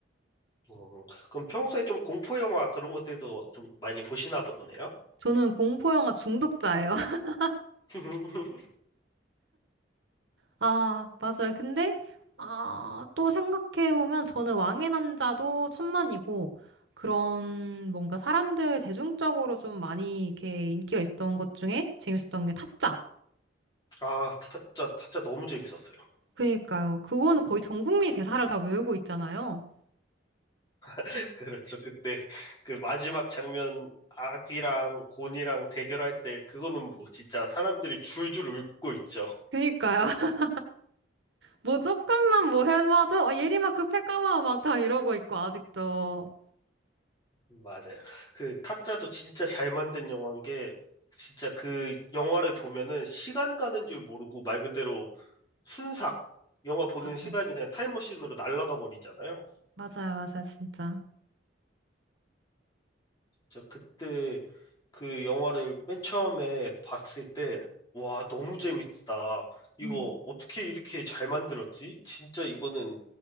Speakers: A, on the left; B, on the right.
A: 뭐, 그럼 평소에 좀 공포 영화 그런 것들도 좀 많이 보시나 보네요?
B: 저는 공포 영화 중독자예요. <laughs>
A: <laughs>
B: 아, 맞아요. 근데 아, 또 생각해 보면 저는 왕의 남자도 천만이고 그런 뭔가 사람들 대중적으로 좀 많이 이렇게 인기가 있었던 것 중에 재밌었던 게 타짜.
A: 아, 타짜, 타짜 너무 재밌었어요.
B: 그니까요. 그거는 거의 전 국민이 대사를 다 외우고 있잖아요.
A: <laughs> 그렇죠. 그때 그 마지막 장면 아귀랑 곤이랑 대결할 때 그거는 뭐 진짜 사람들이 줄줄 울고 있죠.
B: 그니까요. <laughs> 뭐 조금만 뭐 해봐도 아, 예림아 급해 까마워 막 다 이러고 있고 아직도.
A: 맞아요. 그 타짜도 진짜 잘 만든 영화인 게 진짜 그 영화를 보면은 시간 가는 줄 모르고 말 그대로 순삭 영화 보는
B: 맞아.
A: 시간이 그냥 타임머신으로 날아가 버리잖아요.
B: 맞아요, 맞아요, 진짜.
A: 저 그때 그 영화를 맨 처음에 봤을 때, 와, 너무 재밌다. 이거
B: 음.
A: 어떻게 이렇게 잘 만들었지? 진짜 이거는